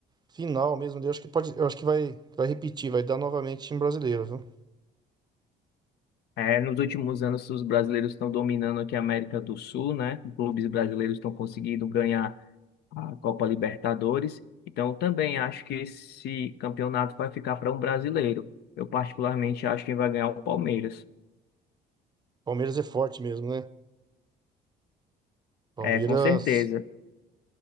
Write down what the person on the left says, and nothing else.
É, nos últimos anos, os brasileiros estão dominando aqui a América do Sul, né? Clubes brasileiros estão conseguindo ganhar a Copa Libertadores. Então, eu também acho que esse campeonato vai ficar para um brasileiro. Eu, particularmente, acho que vai ganhar o Palmeiras.
É, com certeza.